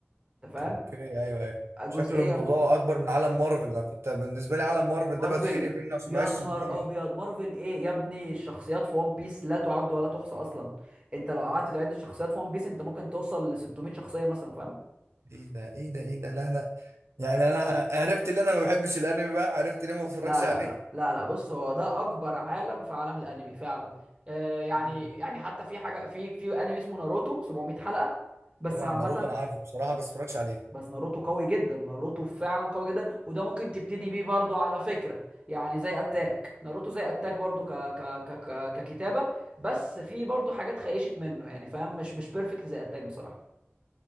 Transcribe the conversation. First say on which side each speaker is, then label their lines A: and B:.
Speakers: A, on the right; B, on the right.
A: انت فاهم
B: اوكي ايوه ايوه
A: جزئيه
B: شكله الموضوع
A: من
B: اكبر من عالم مارفل انا كنت بالنسبه لي عالم مارفل
A: مارفل
B: ده بتخنق منه عشان
A: يا
B: بحسه
A: نهار
B: كبير
A: ابيض مارفل ايه يا ابني الشخصيات في ون بيس لا تعد ولا تحصى اصلا انت لو قعدت تعد الشخصيات في ون بيس انت ممكن توصل ل 600 شخصيه مثلا فاهم
B: ايه ده ايه ده ايه ده لا لا يعني انا عرفت ان انا ما بحبش الانمي بقى عرفت ليه ما بتفرجش
A: لا لا
B: عليه
A: لا لا لا بص هو ده اكبر عالم في عالم الانمي فعلا آه يعني
B: امم
A: يعني حتى في حاجه في في انمي اسمه ناروتو 700 حلقه بس
B: طبعا
A: عامه
B: ناروتو انا عارفه بصراحه بس بتفرجش عليه
A: بس ناروتو قوي جدا ناروتو فعلا قوي جدا وده ممكن تبتدي بيه برضو على فكرة يعني زي اتاك ناروتو زي اتاك برضو ك... ك... ك... ك... ككتابة بس في برضو حاجات خيشت منه يعني فاهم مش مش بيرفكت زي اتاك بصراحة